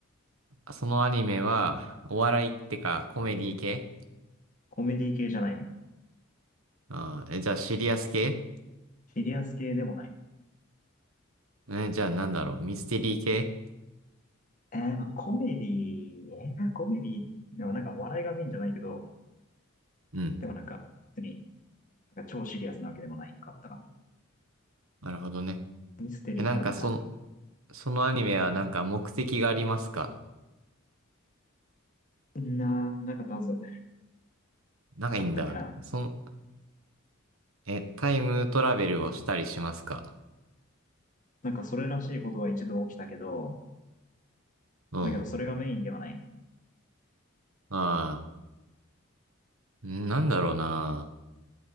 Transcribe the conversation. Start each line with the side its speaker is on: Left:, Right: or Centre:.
Right: そのアニメは、お笑いってか、コメディ系
Left: コメディ系じゃないね。
Right: うん。え、じゃあ、シリアス系
Left: シリアス系でもないね。
Right: え、じゃあ、なんだろう、ミステリー系
Left: えー、まあコメディーえー、コメディーでもなんか笑いがメインじゃないけど、
Right: うん。
Left: でもなんか、別に、なんか超シリアスなわけでもないかったかな。
Right: なるほどね。
Left: ミステリーではないか
Right: え、なんか、その、そのアニメはなんか目的がありますか
Left: な。なー、なかったはず。
Right: かいいんだ。
Left: あったっけな。
Right: その、え、タイムトラベルをしたりしますか
Left: なんかそれらしいことは一度起きたけど、
Right: うん。
Left: だけどそれがメインではないね。
Right: ああ、んなんだろうな。